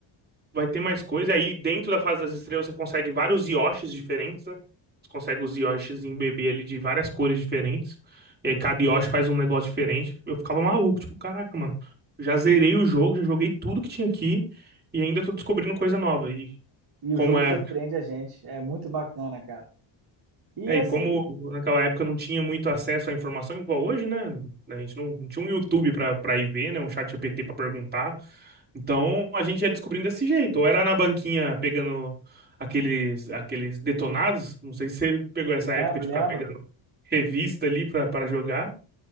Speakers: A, on the right; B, on the right.
A: vai ter mais coisa. Aí dentro da fase das estrelas você consegue vários Yoshis diferentes, né? Você consegue os Yoshis em bebê ali de várias cores diferentes. E aí cada Yoshi faz um negócio diferente. Eu ficava maluco, tipo, caraca, mano, já zerei o jogo, já joguei tudo que tinha aqui e ainda tô descobrindo coisa nova. E
B: E
A: como
B: o jogo
A: é
B: surpreende a gente. É muito bacana, cara. E
A: É,
B: assim,
A: e como naquela época não tinha muito acesso à informação igual hoje, né? A gente não, não tinha um YouTube pra para ir ver, né? Um chat GPT pra perguntar. Então a gente ia descobrindo desse jeito. Ou era na banquinha pegando aqueles aqueles detonados. Não sei se você pegou essa
B: lembro,
A: época de
B: lembro.
A: ficar pegando revista ali pra para jogar.